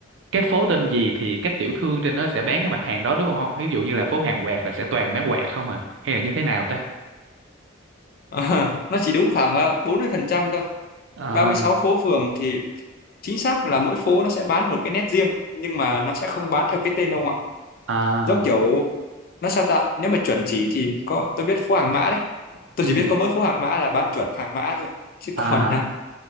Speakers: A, on the right (about 70°); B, on the left (about 50°).
A: cái phố tên gì thì các tiểu thương trên đó sẽ bán cái mặt hàng đó đúng không ông? Ví dụ như là phố hàng quạt là sẽ toàn bán quạt không à? Hay là như thế nào ta?
B: <laughs> nó chỉ đúng khoảng ờ, 40% thôi
A: À,
B: Ba mươi sáu phố phường thì chính xác là mỗi phố nó sẽ bán một cái nét riêng nhưng mà nó sẽ không bán theo cái tên đâu ạ
A: à,
B: giống kiểu nó sao ta nếu mà chuẩn chỉ thì có tôi biết phố Hàng Mã đấy tôi
A: ừ,
B: chỉ biết có mỗi phố Hàng Mã là bán chuẩn Hàng Mã thôi chứ
A: à,
B: còn à,